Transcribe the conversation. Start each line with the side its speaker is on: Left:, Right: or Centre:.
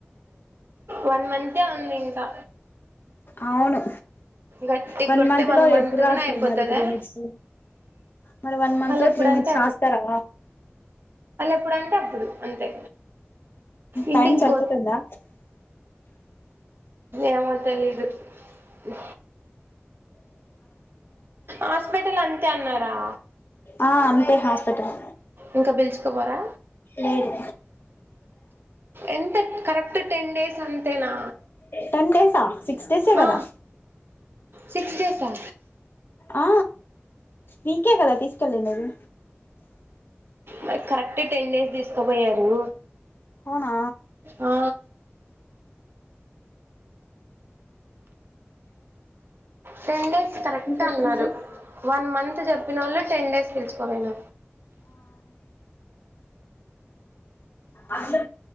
Right: వన్ మంతే ఉంది ఇంకా
Left: అవును
Right: గట్టి
Left: వన్
Right: కొడితే
Left: మంత్ లో ఎప్పుడు రాస్తారు
Right: కూడా అయిపోతదా
Left: మరి త్రీ మిట్స్ మరి వన్ మంత్
Right: వాళ్ళు
Left: లో
Right: ఎప్పుడంటే
Left: త్రీ మిట్స్ రాస్తారా
Right: ఎప్పుడుంటే అప్పుడు అంతే ఇంటికి
Left: టైమ్ సరిపోతుందా
Right: పో ఏమో తెలీదు ఇ హాస్పిటల్ అంతే అన్నారా
Left: ఆ అంతే హాస్పిటల్
Right: ఇంకా పిలుచుకోపోరా
Left: లేదు
Right: ఎంత కరెక్ట్ టె డేస్ అంతేనా
Left: టెన్ డేసా సిక్స్ డేసే
Right: ఆ
Left: కదా
Right: సిక్స్ డేస్ా
Left: ఆ నీకే కదా తీసుకెళ్ళి నది
Right: మరి కరెక్ట్ టెన్ డేస్ తీసుకుపోయారు
Left: అవునా
Right: ఆ టెన్ డేస్ కరెక్ట్
Left: ఇంకొక
Right: అన్నారు
Left: నిమిషం
Right: వన్ మంత్ చెప్పిన వాళ్ళు టెన్ డేస్ పిలుచుకోపోయిన
Left: అల